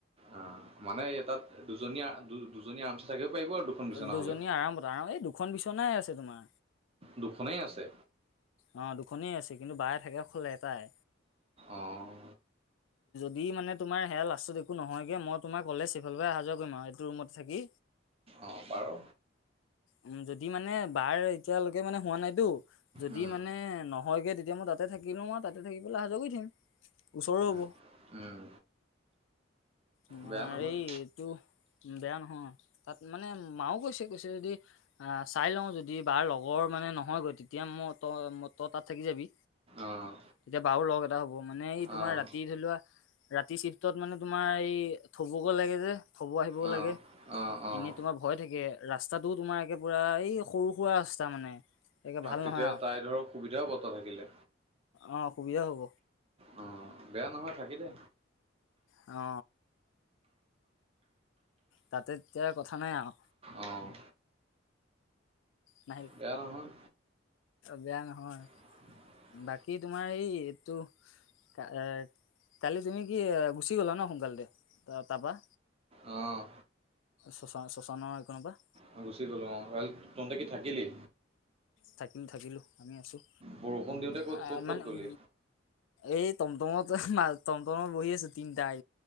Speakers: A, on the right (about 30°); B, on the left (about 75°).
A: অ মানে তাত দুজনীয়া দু দুজনী আৰামচে থাকিব পাৰিব আৰু দুখন বিচনা
B: দুজনী
A: হ'লে
B: আৰামত আৰাম এই দুখন বিচনাই আছে তোমাৰ
A: দুখনেই আছে
B: অ দুখনেই আছে কিন্তু বায়ে থাকে অকল এটাই
A: অঁ
B: দি মানে তোমাৰ সেয়া লাষ্টত একো নহয়গে মই তোমাৰ কলেজ সিফালৰ পৰা অহা যোৱা কৰিম আৰু এইটো ৰুমত থাকি
A: অঁ বাৰু
B: উ যদি মানে বাৰ এতিয়ালৈকে মানে হোৱা নাইতো যদি
A: উম
B: মানে নহয়গে তেতিয়া মই তাতে থাকিলো আ তাতে থাকি পেলে অহা যোৱা কৰি থাকিম ওচৰ হ'ব
A: উম উম
B: তোমাৰ
A: বেয়া নহয়
B: এই এইটো বেয়া নহয় তাত মানে মাও কৈছে কৈছে যদি আহ চাই লওঁ যদি বাাৰ লগৰ মানে নহয়গৈ তেতিয়া মই তই ত তাত থাকি যাবি
A: অঁ
B: তেতিয়া বাাৰ লগ এটা হ'ব মানে এই তোমাৰ
A: অঁ
B: ৰাতি ধৰি লোৱা ৰাতি চিফ্টত মানে তোমাৰ এই থবগৈ লাগে যে থব আহিবও
A: অঁ
B: লাগে
A: অঁ
B: এনেই তোমাৰ ভয় থাকে ৰাস্তাটোও তোমাৰ একে পুৰা এই সৰু সুৰা ৰাস্তা মানে একে ভাল
A: তেতিয়া
B: নহয় আৰু
A: তাই ধৰক সুবিধাও হব তই থাকিলে
B: অ সুবিধা হ'ব
A: অ বেয়া নহয় থাকি দে
B: অ তাতে এতিয়া কথা নাই আৰু
A: অঁ।
B: নাহ
A: বেয়া নহয়
B: বেয়া নহয়।
A: <inaudible>
B: বাকী তোমাৰ এই এইটো এ কালি তুমি কি এ গুচি গ'লা ন সোনকালতে তাৰপা?
A: অঁ।
B: শশান শশানৰ হেকনৰ পৰা?
A: অ গুচি গলো অ। থাকিলি?
B: থাকিম থাকিলোঁ আমি আছোঁ।
A: বৰষুণ দিওঁতে ক'ত
B: অ
A: ক'ত
B: মানে
A: ক'ত গ'লি
B: উ এই টমটমত মা টমটমত বহি আছোঁ তিনিটাই